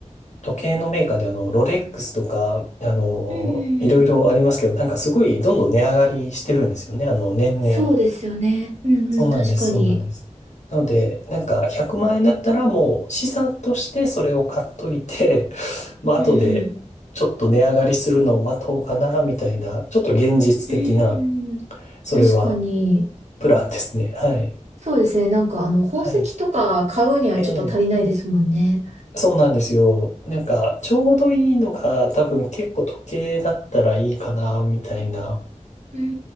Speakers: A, on the left; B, on the right.
A: 時計のメーカーであの、ロレックスとか、あの、
B: うんうんうん。
A: いろいろありますけど、なんかすごいどんどん値上がりしてるんですよね、あの、年々。
B: そうですよね。うんうん。
A: そうなんです、
B: 確かに。
A: そうなんです。なので、なんか100万円だったらもう資産としてそれを買っといて、<laughs> まあ後でちょっと値上がりするのを待とうかな、
B: うんうん。
A: みたいな、ちょっと現実的な、
B: うん
A: それは
B: 確かに。
A: プランですね。はい。
B: そうですね。なんか、あの、宝石とか買うにはちょっと足りないですもんね。
A: はい。ええそうなんですよ。なんか、ちょうどいいのが多分結構時計だったらいいかな、みたいな。
B: うんう